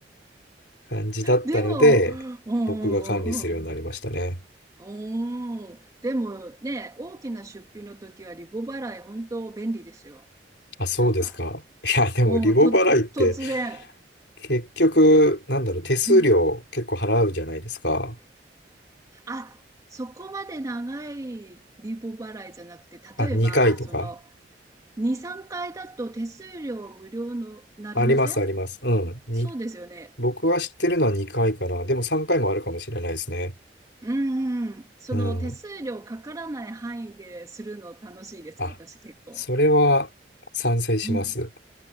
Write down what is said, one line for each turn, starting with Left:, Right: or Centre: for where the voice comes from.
Left: <laughs> 感じだったので、
Right: でも、うんうんうんうん。
Left: 僕が管理するようになりましたね。
Right: おー、でもね、大きな出費の時はリボ払い本当便利ですよ。
Left: あ、そうですか。
Right: なんか、
Left: いや、でもリボ払いって、
Right: うん、と、突然。
Left: 結局、なんだろう、手数料結構払うじゃないですか。
Right: うん。あ、そこまで長いリボ払いじゃなくて、例えば、
Left: あ、2回とか。
Right: その、2、3回だと手数料無料のなりません
Left: あります、あります。うん。に、
Right: そうですよね。
Left: 僕は知ってるのは2回かな。でも3回もあるかもしれないですね。
Right: うんうん。その手数料かからない範囲でするの楽しいです、
Left: うん。あ、
Right: 私結構。
Left: それは賛成します。
Right: うん